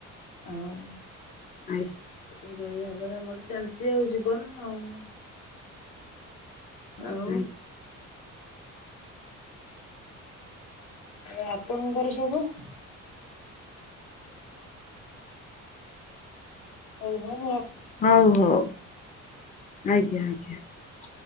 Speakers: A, on the left; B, on the left.
A: ଆଉ।
B: ଆଇ।
A: ଏଇଭଳିଆ ଭାବରେ ଆମର ଚାଲିଛି ଆଉ । ଜୀବନ ଆଉ । ଆଉ
B: ଆଜ୍ଞା
A: ଆ! ଆପଣଙ୍କର ସବୁ । ହଉ ହଉ ମୁଁ
B: ହଉ ହଉ ଆଜ୍ଞା ଆଜ୍ଞା ।